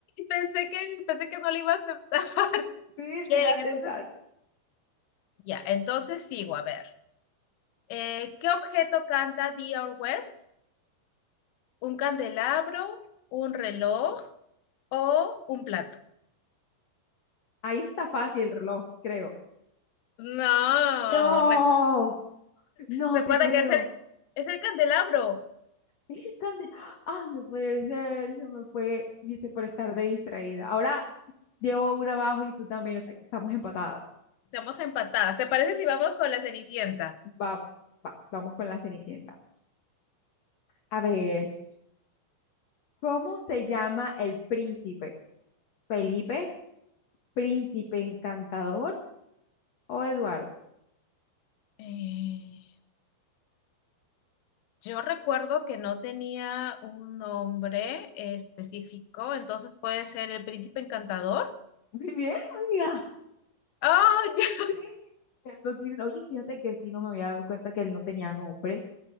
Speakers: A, on the left; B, on the left.
A: pensé que, pensé que no le iba a aceptar. <laughs>
B: Sí,
A: Bien,
B: sí, la acertaste.
A: entonces, ya, entonces sigo, a ver. Eh, ¿qué objeto canta D.R. West? ¿Un candelabro, un reloj o un plato?
B: Ahí está fácil el reloj, creo.
A: No,
B: No,
A: re-
B: no
A: recuerda
B: te creo.
A: que es el, es el candelabro.
B: Es tan de- Ay, no puede ser, se me fue, viste, por estar de distraída. Ahora llevo una abajo y tú también, o sea que estamos empatadas.
A: Estamos empatadas. ¿Te parece si vamos con la Cenicienta?
B: Va, va, vamos con la Cenicienta. A ver. ¿Cómo se llama el príncipe? ¿Felipe? ¿Príncipe encantador o Eduardo?
A: Eh, yo recuerdo que no tenía un nombre específico, entonces puede ser el príncipe encantador.
B: <laughs> Muy bien, amiga.
A: ¡Ah! <laughs> ya-
B: Sí, él lo tiene. Oye, fíjate que sí, no me había dado cuenta que él no tenía nombre.